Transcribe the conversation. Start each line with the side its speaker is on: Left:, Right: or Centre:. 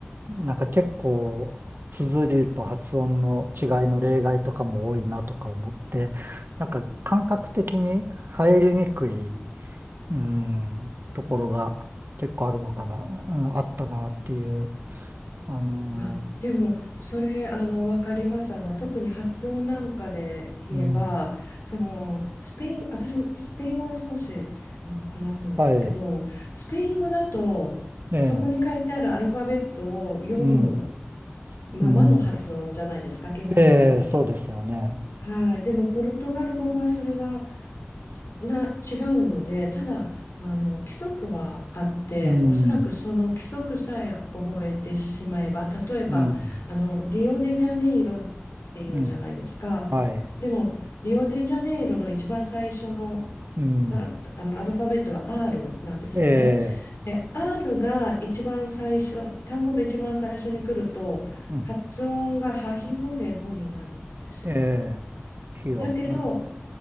Right: なんか結構、綴りと発音の違いの例外とかも多いなとか思って、なんか感覚的に入りにくいうーん、ところが結構あるのかな、うんあったなっていう、あの
Left: あ、でも、それ、あの、わかります。あの、特に発音なんかで言えば、
Right: ーうん、
Left: その、スペイン、私もスペイン語を少し、あの、話すんですけど、
Right: はい、
Left: スペイン語だと、
Right: ええ、
Left: そこに書いてあるアルファベットを読む
Right: うん、
Left: ままの発音じゃないですか、
Right: うん、
Left: 基本的に。
Right: ええ、そうですよね。
Left: はい。でも、ポルトガル語はそれがな違うので、ただあの規則はあって、
Right: うん、
Left: おそらくその規則さえ覚えてしまえば、例えばあのリオデジャネイロっ
Right: うん、
Left: ていうじゃないですか。
Right: うん、はい、
Left: でも、リオデジャネイロの一番最初の、
Right: うん、
Left: たあのアルファベットは R なんですよね。
Right: ええ、
Left: で、R が一番最初、単語の一番最初に来ると、
Right: うん、
Left: 発音がハヒフヘホになるんですよ。
Right: ええ、費用、
Left: だけど、
Right: あ、は